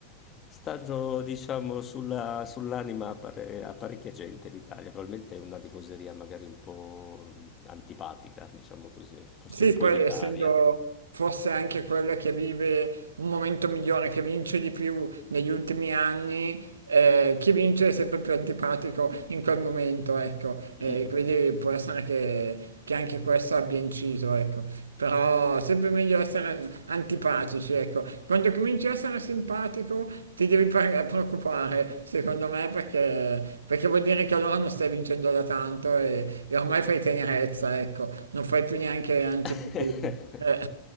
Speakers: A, on the left; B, on the right.
A: Stanno, diciamo, sulla- sull'anima a, pare- a parecchia gente in Italia. Probabilmente è una tifoseria magari un po' mh, antipatica, diciamo così, forse
B: Sì,
A: un po'
B: poi
A: elitaria.
B: essendo forse anche quella che vive un momento migliore, che vince di più negli ultimi anni, eh, chi vince è sempre più antipatico in quel momento, ecco. E
A: Mm, mm.
B: quindi può essere che, che anche questo abbia inciso, ecco. Però sempre meglio essere an- antipatici, ecco. Quando cominci a essere simpatico ti devi pre- preoccupare, secondo me, perché, perché vuol dire che allora non stai vincendo da tanto e, e ormai fai tenerezza, ecco. Non fai più neanche antipatia.
A: <laughs>
B: Eh,